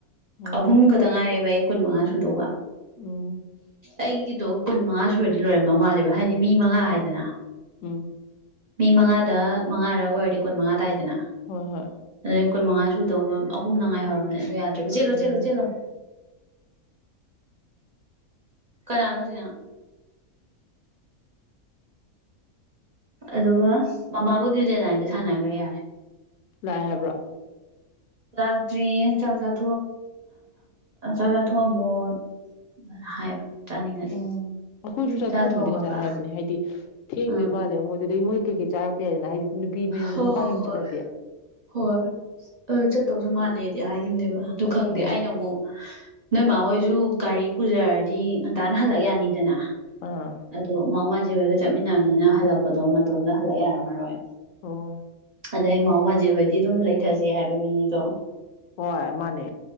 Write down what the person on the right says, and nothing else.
ꯑꯍꯨꯝꯒꯇ ꯉꯥꯏꯔꯦꯕ ꯑꯩ ꯀꯨꯟ ꯃꯉꯥ ꯁꯨꯗꯧꯕ
ꯑꯩꯒꯤꯗꯣ ꯀꯨꯟ ꯃꯉꯥ ꯁꯨꯔꯗꯤ ꯂꯣꯏꯔꯝꯗꯧ ꯃꯥꯜꯂꯦꯕ ꯍꯥꯏꯗꯤ ꯃꯤ ꯃꯉꯥ ꯍꯥꯏꯗꯅ
ꯃꯤ ꯃꯉꯥꯗ ꯃꯉꯥꯔꯛ ꯑꯣꯏꯔꯗꯤ ꯀꯨꯟ ꯃꯉꯥ ꯇꯏꯗꯅ
ꯑꯗꯨꯗꯩ ꯀꯨꯟ ꯃꯉꯥ ꯁꯨꯗꯧꯕ ꯑꯍꯨꯝ ꯅꯉꯥꯏ ꯍꯧꯔꯕꯅꯦ ꯑꯗꯨ ꯌꯥꯗ꯭ꯔꯦꯕ ꯆꯦꯜꯂꯣ
ꯆꯦꯜꯂꯣ ꯆꯦꯜꯂꯣ ꯀꯗꯥꯅꯣꯁꯤꯅ ꯑꯗꯨꯒ ꯃꯃꯥꯕꯨꯗꯤ ꯂꯦꯟꯂꯥꯏꯟꯗ ꯁꯥꯟꯅꯈ꯭ꯔꯦ ꯌꯥꯔꯦ
ꯂꯥꯛꯇ꯭ꯔꯤꯌꯦ ꯆꯥꯛ ꯆꯥꯑ ꯆꯥꯛ ꯆꯥ ꯊꯣꯡꯑꯝꯃꯣ ꯑꯗꯨꯅ ꯍꯥꯏꯕ ꯆꯥꯅꯤꯡꯉꯗꯤ
ꯆꯥꯛ ꯊꯣꯡꯉꯕ
ꯎꯝ
ꯍꯣꯏ
ꯍꯣꯏ
ꯍꯣꯏ ꯑꯗꯨ ꯆꯠꯇꯧꯁꯨ ꯃꯥꯜꯂꯦꯗꯤ ꯍꯥꯏꯈꯤꯕꯅꯦꯕ ꯑꯗꯨ ꯈꯪꯗꯦ
ꯑꯩꯅ ꯑꯃꯨꯛ ꯅꯣꯏꯃ ꯍꯣꯏꯁꯨ ꯁꯨ ꯒꯥꯔꯤ ꯄꯨꯖꯔꯗꯤ ꯉꯟꯇꯥꯅ ꯍꯜꯂꯛ ꯌꯥꯅꯤꯗꯅ
ꯑꯗꯣ ꯃꯥ ꯃꯥ ꯖꯤ ꯍꯣꯏꯒ ꯆꯠꯃꯤꯟꯅꯕꯅꯤꯅ ꯍꯜꯂꯛꯄꯗꯣ ꯃꯇꯣꯝꯇ ꯍꯜꯂꯛ ꯌꯥꯔꯝꯃꯔꯣꯏ
ꯑꯗ ꯑꯩ ꯃꯥꯃꯁ ꯍꯣꯏꯗꯤ ꯑꯗꯨꯝ ꯂꯩꯊꯁ ꯍꯥꯏꯕ ꯃꯤꯅꯤꯗꯣ